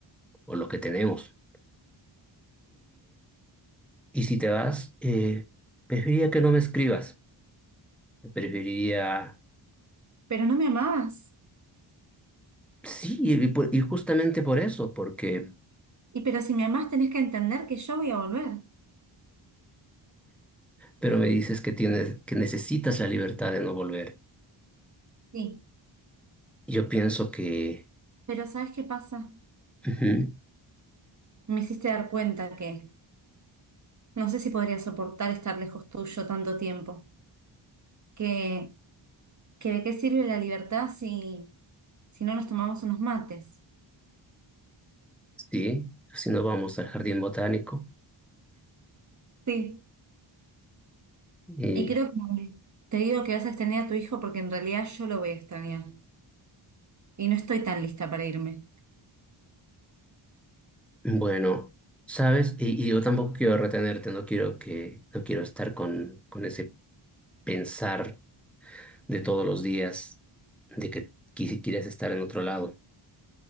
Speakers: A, in the centre; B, on the right.
A: o lo que tenemos. Y si te vas, eh, preferiría que no me escribas. Preferiría,
B: Pero no me amabas.
A: sí, y, por- y justamente por eso, porque,
B: Y pero si me amás tenés que entender que yo voy a volver.
A: pero me dices que tienes, que necesitas la libertad de no volver.
B: Sí,
A: Yo pienso que,
B: pero ¿sabes qué pasa?
A: ujú,
B: Me hiciste dar cuenta que no sé si podría soportar estar lejos tuyo tanto tiempo. que, que de qué sirve la libertad si, si no nos tomamos unos mates.
A: sí, si no vamos al jardín botánico.
B: Sí,
A: Y
B: Y creo que te digo que vas a extrañar a tu hijo porque en realidad yo lo voy a extrañar y no estoy tan lista para irme.
A: bueno, ¿sabes? Y, y yo tampoco quiero retenerte, no quiero que, no quiero estar con, con ese pensar de todos los días de que quisi- quieres estar en otro lado.